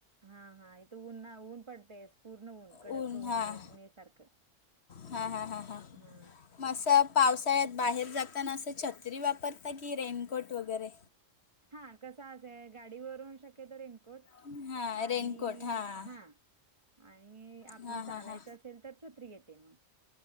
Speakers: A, on the right; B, on the left.
A: हा हा इथे ऊन्हा ऊन पडतेस पूर्ण ऊन. कडक
B: न
A: ऊन
B: हां
A: मे मे सारखं
B: हां हां हां हां
A: हा
B: मसं पावसाळ्यात बाहेर जाताना असं छत्री वापरता की रेनकोट वगैरे
A: हा कसा असेय गाडी वरून शक्य तो रेनकोट
B: हां
A: आणि
B: रेनकोट हां
A: हा आणि आपण
B: हां हां
A: चालायचं
B: हां
A: असेल तर छत्री येते मग